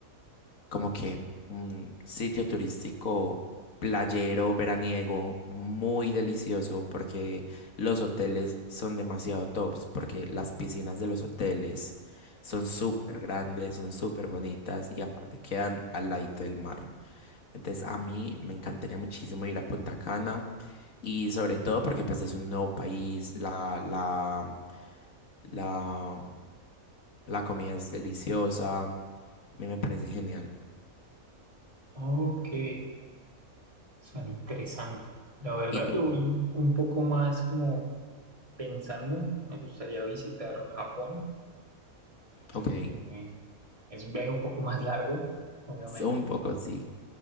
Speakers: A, on the left; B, on the right.
A: como que un sitio turístico playero, veraniego, muy delicioso porque los hoteles son demasiado tops, porque las piscinas de los hoteles son súper grandes, son súper bonitas y aparte quedan al ladito del mar. Entonces a mí me encantaría muchísimo ir a Punta Cana y sobre todo porque pues es un nuevo país, la, la, la, la comida es deliciosa, a mí me parece genial.
B: Ok, suena interesante. La verdad,
A: ¿Y tú?
B: yo voy un poco más como pensando, me gustaría visitar Japón, creo
A: Ok.
B: que eh, es un viaje un poco más largo, obviamente,
A: Un poco, sí.